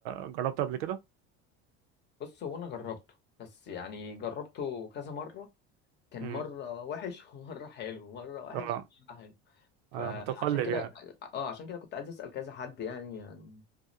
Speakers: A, on the right (about 85°); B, on the left (about 35°).
A: جربت قبل كده؟
B: بص هو انا جربته بس يعني جربته كذا مره كان
A: امم
B: مره وحش <laughs> ومره حلو مره وحش
A: اه
B: ومره حلو فعشان
A: آه، متقلب
B: كده
A: يعني
B: اه عشان كده كنت عايز اسال كذا حد يعني عن